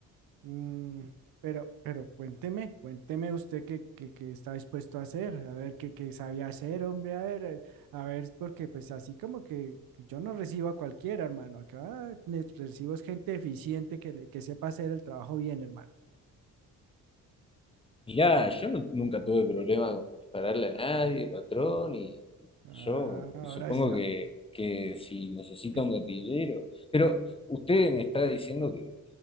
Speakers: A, on the right; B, on the left.
A: mm, pero, pero cuénteme, cuénteme usted qué, qué, qué está dispuesto a hacer, a ver qué, qué sabía hacer, hombre, a ver, eh, a ver, porque pues así como que yo no recibo a cualquiera, hermano, acá ne- recibo es gente eficiente que, le- que sepa hacer el trabajo bien, hermano.
B: Mirá, yo nu- nunca tuve problema con dispararle a nadie, patrón, y,
A: Ah,
B: y yo
A: ahora,
B: supongo
A: sí
B: que, que si necesita
A: ah,
B: un gatillero, pero usted me está diciendo que,